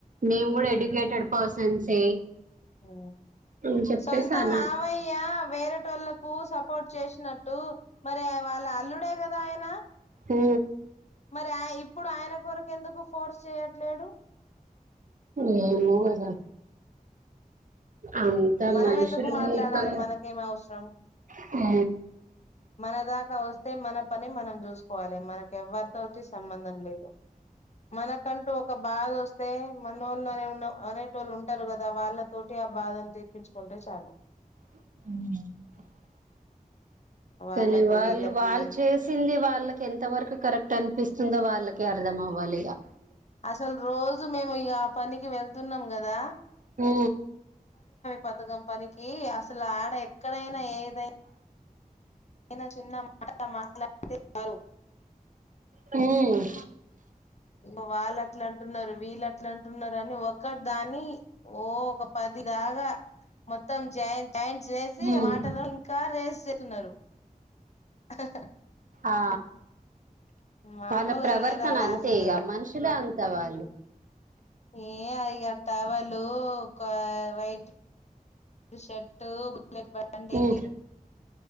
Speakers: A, on the right (about 60°); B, on the left (about 50°).
A: మేము కూడా ఎడ్యుకేటెడ్ పర్సన్సే
B: హా
A: అని చెప్పేసి
B: సొంత
A: అనా
B: మావయ్య వేరేటోళ్ళలకు సప్ సపోర్ట్ చేసినట్టు మరి వాళ్ళ అల్లుడే కదా ఆయన
A: హు
B: మరి ఆ ఇప్పుడు ఆయన కొరకు ఎందుకు ఫోర్స్ చేయట్లేడు
A: ఏమో కదా అంత
B: మనం
A: మనుషులు
B: ఎందుకు మాట్లాడాలి
A: మూర్ఖంగా
B: మనకేం అవసరం
A: హు
B: మన దాకా వస్తే మన పని మనం చూసుకోవాలె మనకి ఎవ్వరితోటి సంబంధం లేదు మనక్ కంటూ ఒక బాధ వస్తే మనోళ్లు ఆనె అనేటోళ్ళు ఉంటారు కదా వాళ్ళ తోటి ఆ బాధ తెప్పించుకుంటే చాలు
A: హు
B: వాళ్ళకు
A: కానీ వాళ్ళు
B: వీళ్ళకి
A: వాళ్ళు చేసింది వాళ్ళకి ఎంత వరకు కరెక్ట్ అనిపిస్తుందో వాళ్ళకి కే అర్థం అవ్వాలిగా
B: అసలు రోజు మేము ఇగ పనికి వెళ్తున్నాం గదా
A: హు
B: పథకం పనికి అసలు ఆడ ఎక్కడైనా ఏదైనా ఆయన చిన్న మాట మాట్లాడితే చాలు
A: హ్మ్
B: ఇంకా వాళ్ళు అట్ల అంటున్నారు వీళ్ళు అట్ల అంటున్నారు అని ఒకటి దాని ఓ ఒక పది లాగ మొత్తం జాం జాంట్స్ చెసి
A: ఉమ్
B: మాటలు ఇంకా రేస్ తున్నారు ఆహాహా
A: ఆ
B: మామూలుగా
A: వాళ్ళ ప్రవర్తన
B: లేదు ఆడ
A: అంతే
B: అసలు
A: ఇగ మనుషులు అంతే వాళ్ళు.
B: ఇయ ఇగ టవలు ఒక వైట్ షర్టు ఉలెట్ పట్టండి
A: ఉమ్